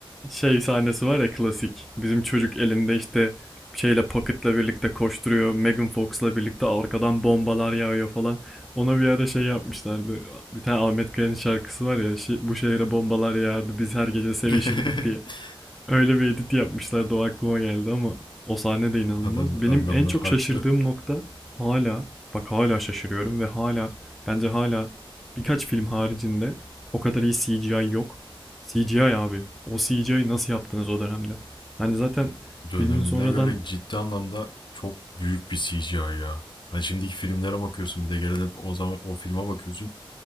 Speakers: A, in the centre; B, on the left.
A: Şey sahnesi var ya klasik. Bizim çocuk elinde işte şeyle Pocket'la birlikte koşturuyor. Megan Fox'la birlikte arkadan bombalar yağıyor falan. Ona bir ara şey yapmışlardı. Bir tane Ahmet Kaya'nın şarkısı var ya. şey- bu şehre bombalar yağardı. Biz her gece sevişirdik
B: <laughs>
A: diye. Öyle bir edit yapmışlardı o aklıma geldi ama o sahne de inanılmaz.
B: Adam,
A: Benim
B: adamlar
A: en çok
B: haklı.
A: şaşırdığım nokta hala bak hala şaşırıyorum ve hala bence hala birkaç film haricinde o kadar iyi CGI yok. CGI abi. O CGI nasıl yaptınız o dönemde? Hani zaten filmin
B: Dönemine
A: sonradan
B: göre ciddi anlamda çok büyük bir CGI ya. Hani şimdiki filmlere bakıyorsun bir de geride o zaman o filme bakıyorsun.